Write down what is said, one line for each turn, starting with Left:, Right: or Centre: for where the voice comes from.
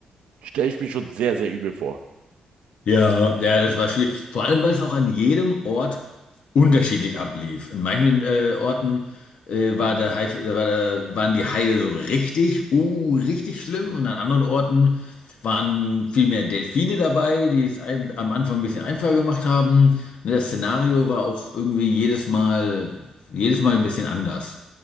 Right: stelle ich mir schon sehr, sehr übel vor.
Left: Ja, ja, das war schwierig. Vor allem, weil es auch an jedem Ort unterschiedlich ablief. In manchen äh, Orten äh, war der Hai, da war der, waren die Haie so richtig, uh, richtig schlimm. Und an anderen Orten waren viel mehr Delfine dabei, die es ein, am Anfang ein bisschen einfacher gemacht haben. Und das Szenario war auch irgendwie jedes Mal, jedes Mal ein bisschen anders.